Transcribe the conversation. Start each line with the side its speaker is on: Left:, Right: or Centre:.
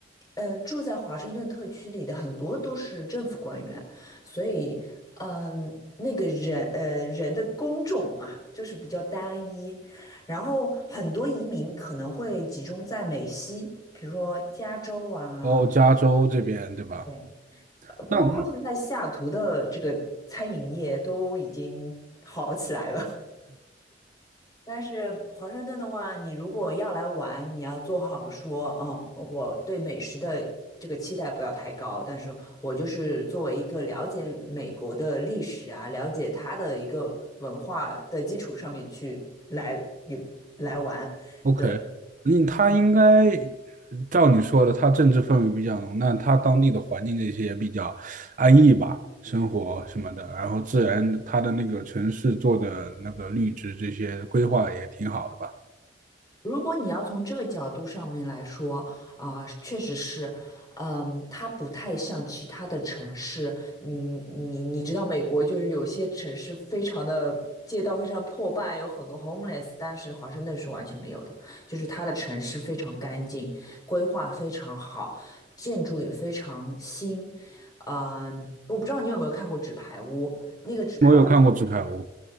Left: 呃，住在华盛顿特区里的很多都是政府官员，所以，嗯、那个人，呃，人的工种啊，就是比较单一，然后很多移民可能会集中在美西，比如说加州啊，
Right: 哦，加州这边对吧？
Left: 对，呃包括现在西雅图的这个餐饮业都已经好起来了。
Right: 那 <laughs>
Left: 但是华盛顿的话，你如果要来玩，你要做好说，嗯，我对美食的这个期待不要太高，但是我就是作为一个了解美国的历史啊，了解它的一个文化的基础上面去来有来玩，
Right: OK，
Left: 对。
Right: 嗯，他应该
Left: 嗯。
Right: 照你说的，他政治氛围比较浓，那他当地的环境这些也比较安逸吧，生活什么的，然后自然他的那个城市做的那个绿植这些规划也挺好的吧。
Left: 如果你要从这个角度上面来说，啊、确实是，嗯，它不太像其他的城市，你你你知道美国就是有些城市非常的街道非常破败，有很多 homeless，但是华盛顿是完全没有的，就是它的城市非常干净，规划非常好，建筑也非常新，嗯，我不知道你有没有看过《纸牌屋》，那个《纸牌屋》的，
Right: 我有看过《纸牌屋》，